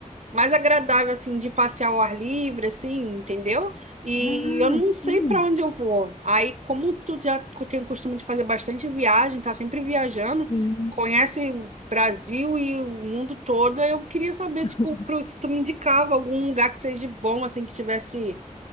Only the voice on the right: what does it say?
mais agradável, assim, de passear ao ar livre, assim, entendeu? E
eu não
sei para onde eu vou. Aí, como tu já tem o costume de fazer bastante viagem, tá sempre viajando,
conhece o Brasil e o mundo todo, eu queria saber,
tipo, pro- se tu me indicava algum lugar que seja bom, assim, que tivesse